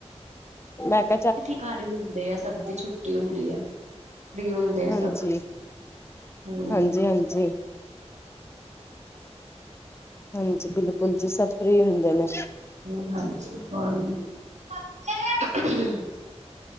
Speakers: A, on the left (about 20°); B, on the right (about 80°).
A: ਮੈਂ <unintelligible>
B: ਅਸੀਂ ਘਰ ਹੀ ਹੁੰਦੇ ਆ। ਸਭ ਦੀ ਛੁੱਟੀ ਹੁੰਦੀ ਆ। ਫਰੀ ਹੁੰਦੇ ਆ
A: ਹਾਂਜੀ,
B: ਸਭ। ਹਮ
A: ਹਾਂਜੀ, ਹਾਂਜੀ ਹਾਂਜੀ, ਬਿਲਕੁਲ ਜੀ ਸਭ ਫ੍ਰਰੀ ਹੁੰਦੇ ਨੇ।
B: <unintelligible>